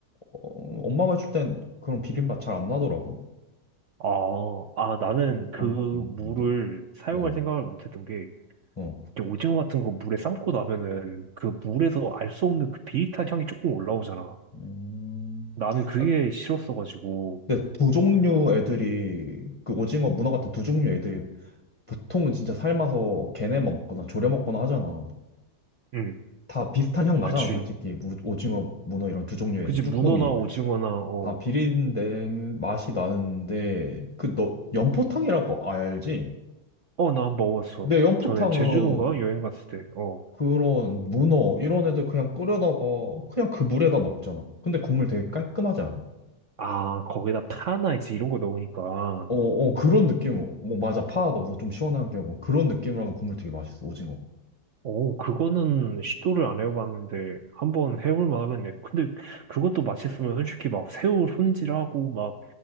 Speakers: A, on the left; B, on the right.
A: 어, 엄마가 해줄 땐 그런 비린맛 잘 안 나더라고.
B: 아, 아, 나는
A: 뭔
B: 그
A: 방법
B: 물을
A: 있나? 본데?
B: 사용할
A: 어,
B: 생각을 못 했던 게,
A: 어.
B: 이렇게 오징어 같은 거 물에 삶고 나면은 그 물에서 알 수 없는 그 비릿한 향이 조금 올라오잖아.
A: 음.
B: 나는 그게
A: 아,
B: 싫었어가지고,
A: 근데 두 종류 애들이, 그 오징어 문어 같은 두 종류 애들이 보통은 진짜 삶아서 걔네만 먹거나 졸여 먹거나 하잖아.
B: 응,
A: 다 비슷한 향 나잖아,
B: 그치.
A: 솔직히. 무- 오징어, 문어 이런 두 종류의
B: 그치,
A: 애들, 쭈꾸미.
B: 문어나 오징어나, 어,
A: 다 비린내 맛이 나는데, 그, 너, 연포탕이라고 알지?
B: 어, 나 한 번 먹어봤어.
A: 내 연포탕은
B: 전에 제주도인가 여행 갔을 때, 어.
A: 그런 문어, 이런 애들 그냥 끓여다가, 그냥 그 물에다 먹잖아. 근데 국물 되게 깔끔하지 않아?
B: 아, 거기다 파나 이제 이런 거 넣으니까.
A: 어, 어, 그런 느낌, 뭐, 맞아. 파 넣어서 좀 시원하게 하고, 그런 느낌으로 하면 국물 되게 맛있어, 오징어.
B: 오, 그거는 시도를 안 해봤는데 한번 해볼 만하겠네. 근데 그것도 맛있으면 솔직히 막 새우 손질하고 막